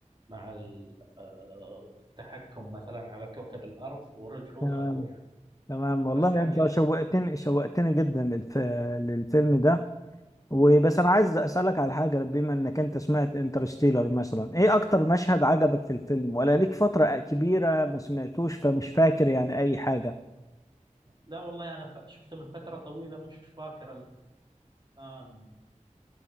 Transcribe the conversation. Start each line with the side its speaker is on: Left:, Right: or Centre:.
Right: مع ال- آه، التحكم مثلا على كوكب الأرض ورجعوا
Left: تمام
Right: خذوه يعني
Left: تمام والله
Right: بس يعني
Left: انت شوقتني شوقتني جدا للف... للفيلم ده وبس انا عايز اسالك على حاجه بما انك انت سمعت انترستيلر مثلا ايه اكتر مشهد عجبك في الفيلم ولا ليك فتره كبيره ما سمعتوش فمش فاكر يعني اي حاجه
Right: لا والله انا ف- شفته من فتره طويله مش فاكر الان